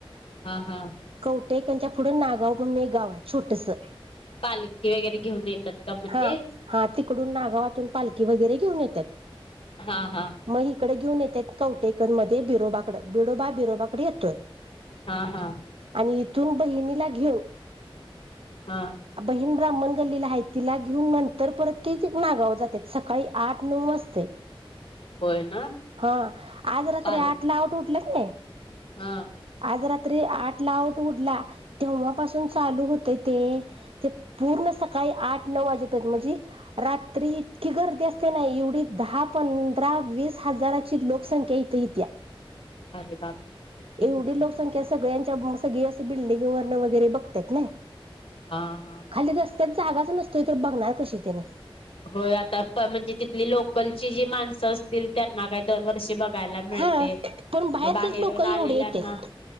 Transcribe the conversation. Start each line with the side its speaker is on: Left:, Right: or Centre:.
Left: हा हा
Right: कवटेकच्या पुढं नागाव म्हणून एक गाव आहे छोटसं
Left: पालखी वगैरे घेऊन येतात का मग
Right: हा
Left: ते
Right: हा तिकडून नागावातून पालखी वगैरे घेऊन येत्यात.
Left: हा हा
Right: मग इकडे घेऊन येतात कवटेकन मध्ये बिरोबाकड बिरोोबा बिरोबाकडे येतोय
Left: हा हा
Right: आणि इथून बहिणीला घेऊ
Left: हा.
Right: बहीण ब्राह्मण गल्लीला आहे तिला घेऊन नंतर परत ते नागाव जाते सकाळी आठ नऊ वाजते.
Left: होय ना.
Right: हा आज रात्री
Left: पालखी
Right: आठ ला आवट उठलेत नाही.
Left: हा.
Right: आज रात्री आठ ला आऊट उडला तेव्हापासून चालू होते ते ते पूर्ण सकाळी आठ नऊ वाजेपर्यंत म्हणजे रात्री इतकी गर्दी असते नाही एवढी दहा पंधरा वीस हजाराची लोकसंख्या इथ इेत्या.
Left: अरे बापरे भारी की
Right: एवढी
Left: मग
Right: लोकसंख्या सगळ्यांच्या सगळे असं बिल्डिंग वर्ण वगैरे बघत ना.
Left: हा. हा हा
Right: खाली रस्त्यात जागाच नसतोय तर बघणार कशी त्यानी
Left: हो आता म्हणजे तिथली लोकलची जी माणसं असतील त्यांना काय दरवर्षी बघ बघायला मिळते
Right: हा पण बाहेरचेच
Left: मग बाहेरून
Right: लोक एवढे
Left: आलेल्यांना
Right: येतात